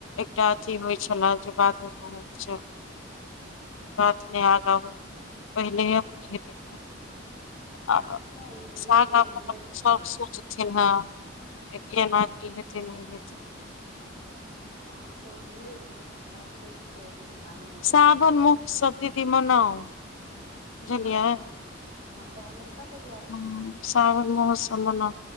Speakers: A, on the left; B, on the right.
A: एकटा अथी होय छले जे बाद मे कहु <unintelligible> बात ने आगा बढ़े पहिलेयो <unintelligible>
B: अच्छा ओ धीरे
A: साग
B: धीरे
A: अपन
B: बुझैत
A: अपन
B: बुझैत
A: सब सोचथिन हे
B: हँ
A: जे केना की हेते नहि हेतै
B: हँ तऽ ओ धीरे धीरे भऽ सकै छै के ओते ध्यानो नहि देने
A: सावन
B: हेते
A: महोत्सव दीदी मनाउ बुझलियै
B: करू ने हम त हमेशा तैयार
A: हँ
B: छी
A: सावन महोत्सव मने